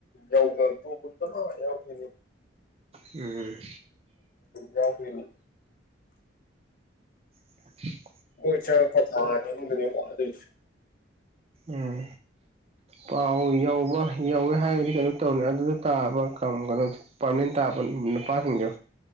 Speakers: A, on the left; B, on the right.
A: ꯌꯧꯗ ꯌꯥꯎꯈꯤꯅꯤ
B: ꯎꯝ
A: ꯌꯥ ꯐꯅꯤ
B: <unintelligible>
A: ꯍꯣꯏ ꯆꯪ ꯀꯊꯥꯅꯤꯒꯅꯤ ꯋꯥꯗꯁꯨ
B: ꯎꯝ ꯄꯥꯎ ꯌꯧꯕ ꯌꯧꯋꯦ ꯍꯥꯏꯔꯒꯗꯤ ꯀꯩꯅꯣ ꯇꯧꯔꯅꯤ ꯑꯗꯨꯗ ꯇꯥꯕ ꯀꯩꯅꯣ ꯄꯥꯔꯃꯅꯦꯟ ꯇꯥꯕ ꯄꯥꯁꯤꯡꯗꯣ